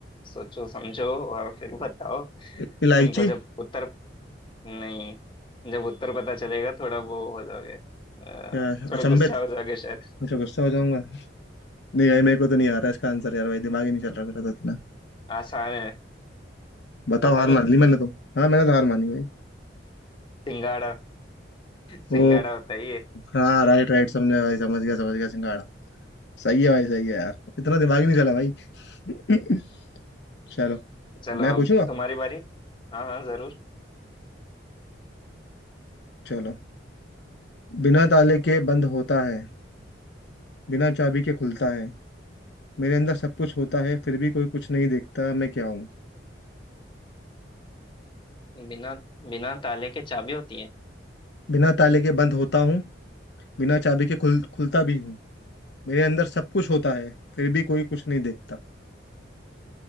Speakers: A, on the left; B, on the left.
A: सोचो समझो और फिर बताओ
B: इ- इलायची
A: तुमको जब उत्तर नहीं जब उत्तर पता चलेगा थोड़ा वो हो जाओगे अ,
B: क्या है?
A: थोड़ा
B: अचंभित
A: गुस्सा हो जाओगे शायद
B: मुझे गुस्सा हो जाऊंगा नहीं भाई मेरे को तो नहीं आ रहा इसका आंसर यार भाई दिमाग ही नहीं चल रहा मेरा तो इतना
A: आसान है
B: बताओ
A: बता
B: हार
A: दूं
B: मान ली मैंने तो हाँ मैंने तो हार मानी भाई
A: सिंगाड़ा सिंगाड़ा
B: ओ
A: होता ही है
B: हाँ राइट राइट समझा भाई समझ गया समझ गया सिंगाड़ा सही है भाई सही है यार इतना दिमाग ही नहीं चला भाई <clears throat> <laughs> चलो
A: चलो
B: मैं पूछूंगा
A: अब तुम्हारी बारी हाँ हाँ जरूर
B: चलो बिना ताले के बंद होता है बिना चाबी के खुलता है मेरे अंदर सब कुछ होता है फिर भी कोई कुछ नहीं देखता मैं क्या हूँ
A: बिना बिना ताले के चाबी होती है
B: बिना ताले के बंद होता हूँ बिना चाबी के खुल खुलता भी हूँ मेरे अंदर सब कुछ होता है फिर भी कोई कुछ नहीं देखता